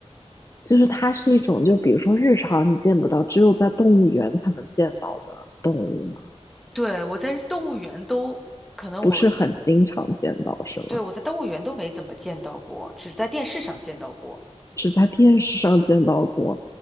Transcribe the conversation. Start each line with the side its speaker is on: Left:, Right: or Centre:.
Left: 就是它是一种，就比如说日常你见不到，只有在动物园才能见到的动物嘛，
Centre: 对，我在动物园都，可能我记
Left: 不是很经常见到，是吗？
Centre: 对，我在动物园都没怎么见到过，只在电视上见到过。
Left: 只在电视上见到过。